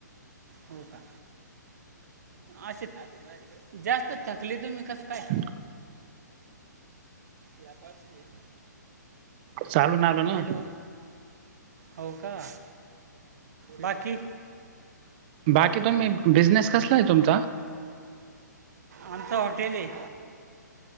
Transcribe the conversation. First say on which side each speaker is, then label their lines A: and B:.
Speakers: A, on the right; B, on the right.
A: हो का असे जास्त थकली तुम्ही कस काय
B: ह
A: यापास एक
B: चालून आलो ना
A: हॅलो हो का बाकी
B: बाकी तुम्ही बिझनेस कसला आहे तुमचा?
A: आमचं हॉटेल आहे.